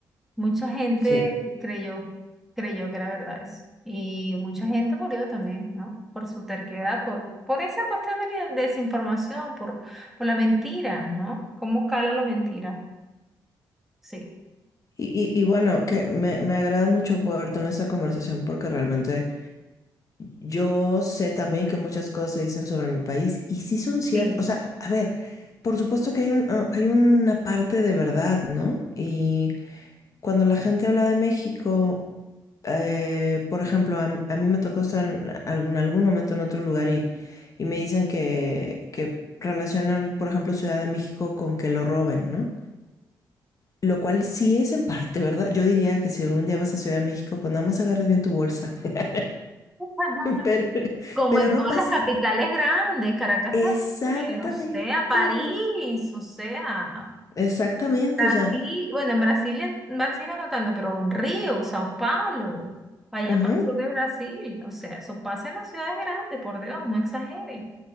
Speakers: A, in the centre; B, on the left.
A: Mucha gente
B: Sí.
A: creyó, creyó que era verdad eso. Y mucha gente murió también, ¿no? Por su terquedad, por, por esa cuestión de la desinformación, por, por la mentira, ¿no? ¿Cómo cala la mentira? Sí,
B: Y, y, y bueno, que me, me agrada mucho poder tener esa conversación porque realmente Yo sé también que muchas cosas se dicen sobre mi país y sí son ciertas.
A: sí.
B: O sea, a ver, por supuesto que hay un, ah, hay una parte de verdad, ¿no? Y cuando la gente habla de México, eh, por ejemplo, a, a mí me tocó estar en, al- en algún momento en otro lugar y, y me dicen que, que relacionan, por ejemplo, Ciudad de México con que lo roben, ¿no? Lo cual sí es en parte, ¿verdad? Yo diría que si algún día vas a Ciudad de México, pues nada más agarres bien tu bolsa. <laughs>
A: <laughs>
B: Pero,
A: Como
B: pero
A: en
B: no
A: todas
B: pasa
A: las capitales grandes, Caracas,
B: Exactamente,
A: terrible, o sea, París, o sea.
B: exactamente,
A: Brasil,
B: o sea,
A: bueno, en Brasil, en Brasil no tanto, pero en Río, Sao Paulo, para allá
B: ujú,
A: para el sur de Brasil, o sea, eso pasa en las ciudades grandes, por Dios, no exageren.